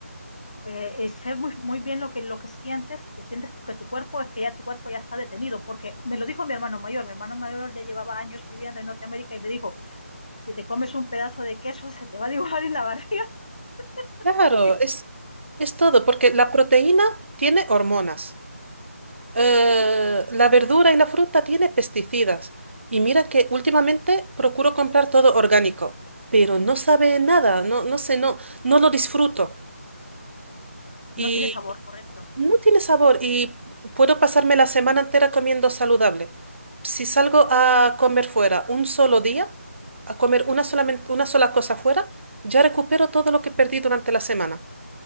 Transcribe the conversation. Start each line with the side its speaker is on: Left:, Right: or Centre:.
Left: Eh, eh, sé muy, muy bien lo que, lo que sientes, que sientes que tu cuerpo es que ya tu cuerpo ya está detenido, porque me lo dijo mi hermano mayor, mi hermano mayor ya llevaba años viviendo en Norteamérica y me dijo, Si te comes un pedazo de queso, se te va a dibujar en la barriga. <laughs>
Right: claro, es, es todo, porque la proteína tiene hormonas. Eh, la verdura y la fruta tiene pesticidas. Y mira que últimamente procuro comprar todo orgánico, pero no sabe nada, no, no sé, no, no lo disfruto. Y
Left: No tiene sabor, correcto.
Right: no tiene sabor y puedo pasarme la semana entera comiendo saludable. Si salgo a comer fuera un solo día, a comer una solamente, una sola cosa fuera, ya recupero todo lo que perdí durante la semana.